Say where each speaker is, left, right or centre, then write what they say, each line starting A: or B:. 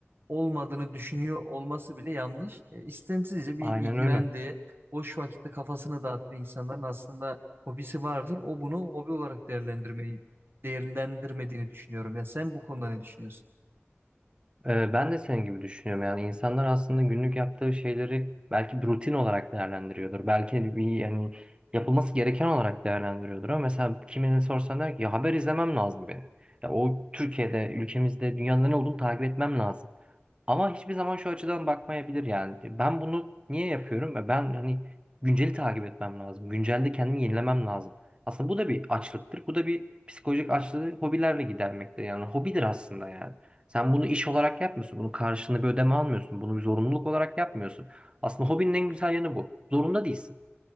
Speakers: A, on the right; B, on the right.
A: olmadığını düşünüyor olması bile yanlış. E, istemsizce bir
B: Aynen
A: ilgilendiği,
B: öyle.
A: boş vakitte kafasını dağıttığı insanların aslında hobisi vardır. O bunu hobi olarak değerlendirmeyi değerlendirmediğini düşünüyorum. Ya sen bu konuda ne düşünüyorsun?
B: E, ben de senin gibi düşünüyorum. Yani insanlar aslında günlük yaptığı şeyleri belki bir rutin olarak değerlendiriyordur. Belki bir yani yapılması gereken olarak değerlendiriyordur. Ama mesela kimine sorsan der ki ya haber izlemem lazım benim. Ya o Türkiye'de, ülkemizde, dünyada ne olduğunu takip etmem lazım. Ama hiçbir zaman şu açıdan bakmayabilir yani. Ben bunu niye yapıyorum? E Ben hani günceli takip etmem lazım. Güncelde kendimi yenilemem lazım. Aslında bu da bir açlıktır. Bu da bir psikolojik açlığı hobilerle gidermekte. Yani hobidir aslında yani. Sen bunu iş olarak yapmıyorsun. Bunun karşılığında bir ödeme almıyorsun. Bunu bir zorunluluk olarak yapmıyorsun. Aslında hobinin en güzel yanı bu. Zorunda değilsin.